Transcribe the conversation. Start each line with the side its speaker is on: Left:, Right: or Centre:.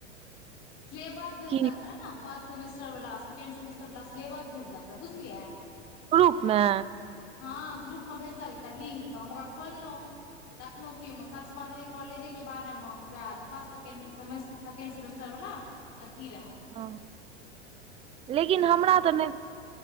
Left: सिलेबस भेजलक
Right: की
Left: रहे ने, फर्स्ट सेमेस्टर वला, सेकेंड सेमेस्टर वला, सिलेबस भेजलक रहे, बुझलियै।
Right: ग्रुप मे?
Left: हँ ग्रुप में भेजलक एकटा लिंक तऽ हम ओकरा खोललहुं देखलहुं की सचमे रहै कॉलेजेके बारेमे वैह फर्स्ट सेकेण्ड, सेकेण्ड सेमेस्टर वला अथी रहे
Right: हँ लेकिन हमरा
Left: ठीके
Right: तऽ नहि,